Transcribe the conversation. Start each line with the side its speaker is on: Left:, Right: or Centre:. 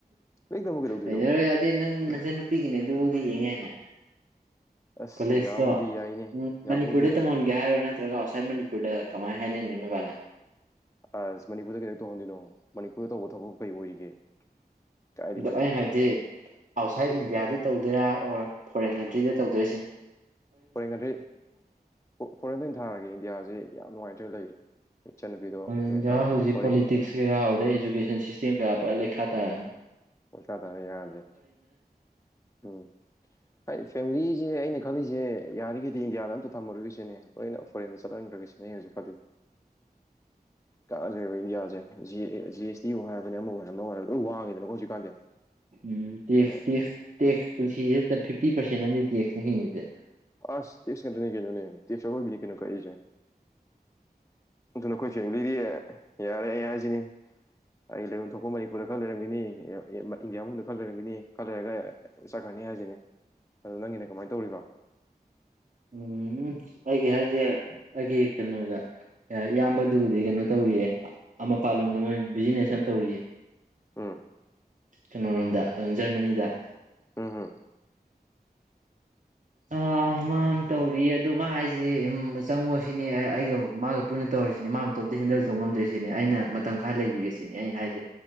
Left: ꯂꯥꯏꯔꯤꯛ ꯇꯝꯃ ꯀꯩꯗꯧꯗꯣꯏꯅꯣ
Right: ꯑ ꯗꯤ ꯅꯪ ꯅꯁ ꯅꯨꯄꯤꯒꯤꯅꯦ ꯑꯗꯨꯕꯨꯗꯤ ꯌꯦꯡꯉꯦ ꯍꯥꯏꯅꯦ
Left: ꯑꯁ
Right: ꯀꯣꯂꯦꯖꯇꯣ
Left: ꯌꯥꯕꯨꯗꯤ ꯌꯥꯏꯅꯦ
Right: ꯎꯝ ꯃꯅꯤꯄꯨꯔꯗꯩ
Left: ꯌꯥꯕꯨꯗꯤ ꯌꯥꯏ
Right: ꯇꯝꯍꯟꯒꯦ ꯍꯥꯏꯔꯣ ꯅ ꯅꯠꯇ꯭ꯔꯒ ꯑꯥꯎꯠꯁꯥꯏꯠ ꯃꯅꯤꯄꯨꯔꯗ ꯀꯃꯥꯏꯅ ꯍꯥꯏꯅꯅꯣꯅꯕꯅ
Left: ꯑꯁ ꯃꯅꯤꯄꯨꯔꯗ ꯀꯩꯅ ꯇꯧꯍꯟꯗꯣꯏꯅꯣ ꯃꯅꯤꯄꯨꯔꯗ ꯇꯧꯕ ꯊꯕꯛ ꯀꯔꯤ ꯑꯣꯏꯔꯤꯒꯦ ꯀꯥꯏꯗꯩ ꯃꯅꯤꯄꯨꯔ
Right: ꯑ ꯑꯩ ꯍꯥꯏꯣꯏꯗꯤ ꯑꯥꯎꯠꯁꯥꯏꯠ ꯏꯟꯗꯤꯌꯥꯗ ꯇꯧꯗꯣꯏꯔꯥ ꯑꯣꯔ ꯐꯣꯔꯦꯟ ꯀꯟꯇ꯭ꯔꯤꯗ ꯇꯧꯗꯣꯏꯔꯥ ꯁꯤꯅꯦ
Left: ꯐꯣꯔꯦꯟ ꯀꯟꯇ꯭ꯔꯤ ꯐꯣꯔꯦꯟꯗ ꯑꯣꯏꯅ ꯊꯥꯔꯒꯦ ꯏꯟꯗꯤꯌꯥꯁꯤ ꯌꯥꯝ ꯅꯨꯡꯉꯥꯏꯇ꯭ꯔꯦ ꯂꯩꯕ ꯏꯆꯟꯅꯨꯄꯤꯗꯣ ꯀꯩ
Right: ꯏꯟꯗꯤꯌꯥ
Left: ꯍꯥꯏꯇꯥꯔꯦ
Right: ꯍꯧꯖꯤꯛ
Left: ꯐꯣꯔꯦꯟꯒꯤ
Right: ꯄꯣꯂꯤꯇꯤꯛꯁ ꯀꯩꯀꯥ ꯍꯥꯎꯗꯩ ꯏꯖꯨꯀꯦꯁꯟ ꯁꯤꯁꯇꯦꯝ ꯁꯤ ꯀꯌꯥ ꯂꯩ ꯈꯥ ꯇꯥꯔ
Left: ꯑꯣ ꯆꯥ ꯇꯥꯔꯦ ꯌꯥꯗ꯭ꯔꯦ ꯎꯝ ꯑꯩ ꯐꯦꯃꯤꯂꯤꯁꯦ ꯑꯩꯅ ꯈꯜꯂꯤꯁꯦ ꯌꯥꯔꯤꯈꯩꯗꯤ ꯏꯟꯗꯤꯌꯥꯗ ꯑꯝꯇ ꯊꯝꯃꯔꯣꯏꯒꯤꯁꯤꯅꯦ ꯂꯣꯏꯅ ꯐꯣꯔꯦꯟꯗ ꯆꯠꯍꯟꯈ꯭ꯔꯒꯁꯤꯅꯦ ꯑ ꯍꯧꯖꯤꯛ ꯈꯜꯂꯤꯁꯦ ꯀꯛꯗ꯭ꯔꯦꯕ ꯏꯟꯗꯤꯌꯥꯁꯦ ꯖꯤ ꯑꯦꯁ ꯇꯤ ꯑꯣ ꯍꯥꯏꯔꯕꯅꯦ ꯑꯃꯕꯨ ꯍꯥꯏꯔꯕꯅ ꯍꯥꯏ ꯂꯣꯏ ꯋꯥꯡꯉꯤꯗꯅꯀꯣ ꯍꯧꯖꯤꯛꯀꯥꯟꯗꯤ
Right: ꯎꯝ
Left: ꯑꯗꯨꯅ
Right: ꯇ ꯇ ꯇꯦꯛꯁ ꯄ ꯐꯤ ꯐꯤꯇꯤꯔꯦꯟꯅ ꯑꯃꯗꯤ ꯇꯦꯛꯁꯅ ꯍꯤꯡꯉꯤꯁꯦ
Left: ꯑꯁ ꯇꯁꯀꯟꯗꯅꯤ ꯀꯅꯣ ꯅ ꯇꯁꯅꯤ ꯀꯅ ꯀꯔꯤ ꯑꯗꯨ ꯅ ꯑꯩꯈꯣꯏ ꯐꯦꯃꯤꯂꯤꯗꯤ ꯌꯥꯔꯦ ꯑꯩ ꯍꯥꯏꯁꯤꯅꯤ ꯑꯩ ꯂꯩꯐꯝ ꯊꯣꯛꯄ ꯃꯅꯤꯄꯨꯔꯗ ꯈꯔ ꯂꯩꯔꯝꯒꯅꯤ ꯏꯟꯗꯤꯌꯥ ꯃꯅꯨꯡꯗ ꯈꯔ ꯂꯩꯔꯝꯒꯅꯤ ꯈꯔ ꯂꯩꯔꯒ ꯆꯠꯈ꯭ꯔꯅꯤ ꯍꯥꯏꯁꯤꯅꯤ ꯑꯗꯨ ꯅꯪꯒꯤꯅꯦ ꯀꯃꯥꯏꯅ ꯇꯧꯔꯤꯕ
Right: ꯎꯝ ꯑꯩꯒꯤ ꯍꯥꯏꯁꯦ ꯑꯩꯒꯤ ꯀꯩꯅꯣꯗ ꯏꯌꯥꯝꯕꯗꯨꯕꯨꯗꯤ ꯀꯩꯅꯣ ꯇꯧꯔꯤꯌꯦ ꯑꯃꯄꯥꯥꯟꯂꯣꯝꯗ ꯃꯣꯏ ꯕꯤꯖꯤꯅꯦꯁ ꯑꯃ ꯇꯧꯔꯤꯌꯦ
Left: ꯎꯝ
Right: ꯀꯩꯅꯣꯂꯣꯝꯗ ꯑꯗꯨꯝ ꯖꯔꯃꯅꯤꯗ
Left: ꯎꯝ ꯎꯝ
Right: ꯑ ꯃꯥ ꯇꯧꯔꯤ ꯑꯗ ꯃꯥ ꯍꯥꯏꯁꯦ ꯆꯪꯉꯣ ꯁꯤꯅꯦ ꯑꯩꯒ ꯃꯥꯒ ꯄꯨꯟꯅ ꯇꯧꯔꯁꯤꯅꯦ ꯃꯥ ꯑꯇꯣꯝꯇ ꯍꯦꯟꯗꯜ ꯇꯧ ꯉꯝꯗ꯭ꯔꯤꯁꯤꯅꯦ ꯑꯩꯅ ꯃꯇꯝ ꯈꯔ ꯂꯩꯈꯤꯒꯁꯤꯅꯦ ꯑꯩ ꯍꯥꯏꯁꯦ